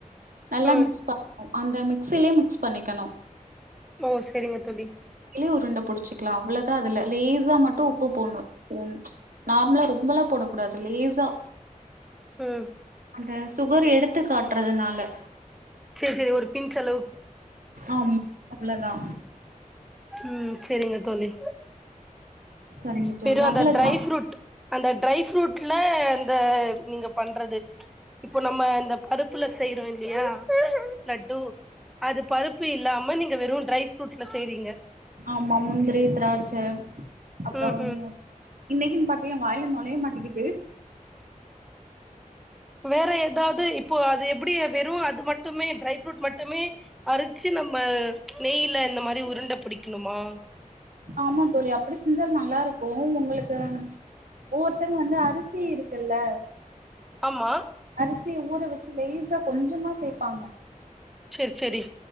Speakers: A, on the right; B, in the centre.
A: நல்லா
B: ம்
A: மிக்ஸ் பண்ணணு அந்த மிக்சிலயே மிக்ஸ் பண்ணிக்கணு
B: ஓ சரிங்க தோழி
A: இல்ல உருண்டை புடிச்சுக்கலாம் அவ்ளோதான் அதுல லேஸா மட்டும் உப்பு போண்ணும் நார்மலா ரொம்பெலாம் போடக் கூடாது லேஸா
B: ம்
A: அந்த சுகர் எடுத்து காட்டுறதுனால
B: சேரி சேரி ஒரு பின்ச் அளவு
A: ஆமா அவ்ளதா
B: ம் செரிங்க தோழி
A: சரிங்க தோழி
B: வெறு அந்த
A: அவ்ளதா
B: ட்ரை ஃப்ரூட் அந்த ட்ரை ஃப்ரூட்ல இந்த நீங்க பண்றது இப்ப நம்ம இந்தப் பருப்புல செய்றோ இல்லையா லட்டூ அது பருப்பு இல்லாம நீங்க வெறு டரைஃப் ஃப்ரூட்ல செய்றீங்க
A: ஆமா முந்திரி திராட்ச அப்புறம்
B: ம்
A: இன்னிக்கின் பாத்து ஏ வாயில நொழையமாட்டிக்கிது
B: வேற எதாவ்து இப்போ அது எப்படி வெறு அது மட் துமே ட்ரை ஃப்ரூட் மட்டுமே அரிச்சு நம்ம நெய்ல இந்த மாரி உருண்ட புடிக்கணுமா
A: ஆமா தோழி அப்படி செஞ்சால் நல்லாருக்கு உங்களுக்கு ஒவ்வொர்த்தங்க வந்து அரிசி இருக்குல்ல
B: ஆமா
A: அரிசி ஊற வெச்சு லேஸா கொஞ்சமா சேப்பாங்க
B: சேர் செரி